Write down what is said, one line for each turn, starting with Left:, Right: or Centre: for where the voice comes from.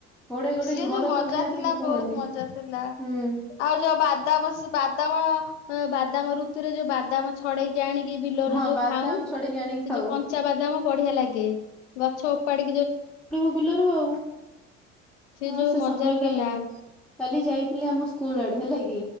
Centre: ଗୋଡେଇ ଗୋଡେଇ
Left: ସିଏ
Centre: ଘର
Left: ଯୋଉ ମଜା
Centre: ତକ ବି ଆସିକି
Left: ଥିଲା
Centre: କୁହନ୍ତି
Left: ବହୁତ ମଜା ଥିଲା
Centre: ହୁଁ
Left: ଆଉ ଯୋଉ ବାଦାମ ସେ ବାଦାମ ଅଁ ବାଦାମ ଋତୁରେ ଯୋଉ ବାଦାମଛ ଫଡେଇ ସିଏ ଆଣିକି ବିଲରୁ
Centre: ହଁ
Left: ଯୋଉ
Centre: ବାଦାମ
Left: ଖାଉଁ,
Centre: ଛଡେଇକି ଆଣିକି
Left: ସେ
Centre: ଖାଉ
Left: ଯୋଉ କଞ୍ଚା ବାଦାମ ବଢିଆ ଲାଗେ। ଗଛ ଓପାଡି
Centre: ପଡିବୁ ବିଲରୁ ଆଉ। ଆଉ
Left: ଯୋଉ
Centre: ସେ
Left: ମଜା
Centre: ସମୟ କାଇଁ
Left: ଥିଲା।
Centre: କାଲି ଯାଇଥିଲି ଆମ ସ୍କୁଲ ଆଡେ ହେଲା କି